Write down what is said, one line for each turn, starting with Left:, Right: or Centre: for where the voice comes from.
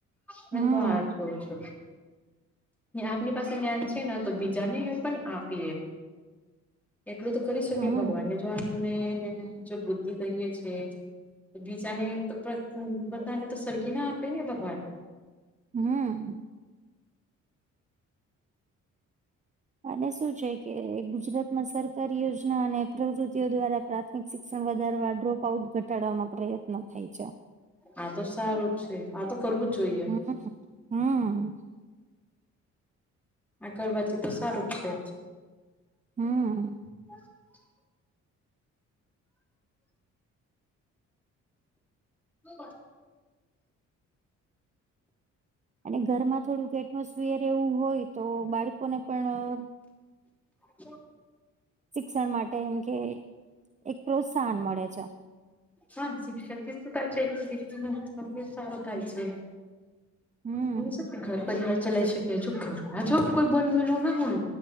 Centre: પણ
Right: હમ
Centre: આજ કરું છું. ને આપની પાસે જ્ઞાન છે, ને તો બીજા નેઇ પણ આપીએે. એટલું તો કરી શકે
Right: હમ
Centre: ભગવાનને જો આપ ને જો બુદ્ધિ દઈએ છે, તો બીજાને તો પર હમ્મ, બધાને તો સરખી ના આપે ને ભગવાન.
Right: હમ અને શું છે કે ગુજરાતમાં સર તર યોજના અને પ્રવૃતિઓ દ્વારા પ્રાથમિક શિક્ષણ વધારવા ડ્રોપ આઉટ ઘટાડવાવામાં પ્રયત્ન થાય છે
Centre: આ તો સારું છે આ તો કરવું જ જોઈએ
Right: હમ હમ
Centre: આ કરવાથી તો સારું જ છે
Right: હમ
Centre: હ હ
Right: અને ઘરમાં થોડુંક એટમોસફિયર એવું હોય તો બાળકોને પણ
Centre: હ
Right: શિક્ષણ માટે એમ કે એક પ્રોત્સાહન મળે છે
Centre: હા શિક્ષાથીધ છે એક દ સારું થાય છે
Right: હમ
Centre: હું છે ઘર પરિવાર ચલાવી શકી હજ ઘરમાં જો કોઈ બનવેલું ના હોય